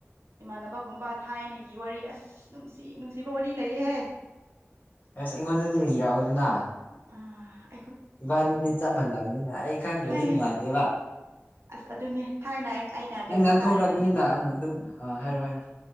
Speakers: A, on the right; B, on the left.
A: ꯏꯃꯥꯟꯅꯕꯒꯨꯝꯕ ꯊꯥꯏꯅ ꯒꯤ ꯋꯥꯔꯤ ꯑꯁ ꯅꯨꯡꯁꯤ ꯅꯨꯡꯁꯤꯕ ꯋꯥꯔꯤ ꯂꯩꯌꯦꯍꯦ
B: ꯑꯁ ꯑꯩꯉꯣꯟꯗꯗꯤ ꯂꯩꯕꯤꯔꯛꯑꯣ ꯑꯗꯨꯅ
A: ꯑ
B: ꯏꯕꯥꯅꯤꯗꯤ ꯆꯞ ꯃꯥꯟꯅꯕꯅꯤꯅ ꯑꯩ ꯈꯪꯗ꯭ꯔꯗꯤ
A: ꯍꯥꯏ
B: ꯅꯨꯡꯉꯥꯏꯇꯦꯕ
A: ꯑꯁ ꯑꯗꯨꯅꯦ ꯊꯥꯏꯅ ꯑꯩ ꯑꯩꯅ
B: ꯅꯪ
A: ꯀꯩꯅꯣ
B: ꯉꯥꯡꯊꯣꯛꯔꯛꯄꯅꯤꯅ
A: ꯀꯥꯔꯤꯉꯩ
B: ꯑꯪ ꯑꯗꯨꯝ ꯑꯥ ꯍꯥꯏꯔꯣ ꯍꯥꯏꯔꯣ